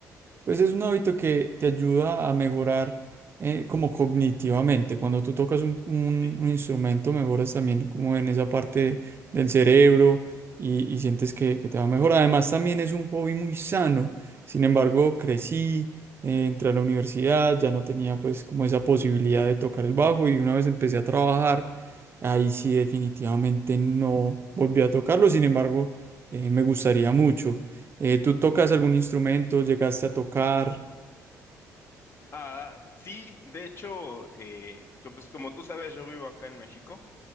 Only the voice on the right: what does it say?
pues es un hábito que te ayuda a mejorar eh, como cognitivamente. Cuando tú tocas un, un-
un instrumento, mejoras también como en esa parte del cerebro y, y sientes que, que te va a mejorar. Además, también es un hobby muy sano. Sin embargo, crecí, eh, entré a la universidad, ya no tenía pues como esa posibilidad de tocar el bajo y una vez empecé a trabajar, ahí sí definitivamente no volví a tocarlo. Sin embargo, eh, me gustaría mucho. Eh, ¿tú tocas algún instrumento? ¿Llegaste a tocar?